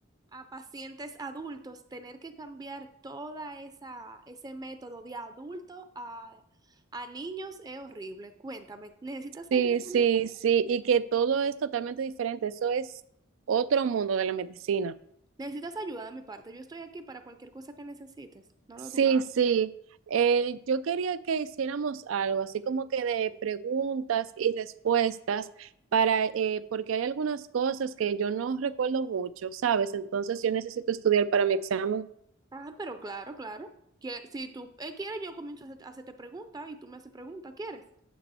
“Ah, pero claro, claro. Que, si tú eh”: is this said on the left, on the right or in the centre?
Right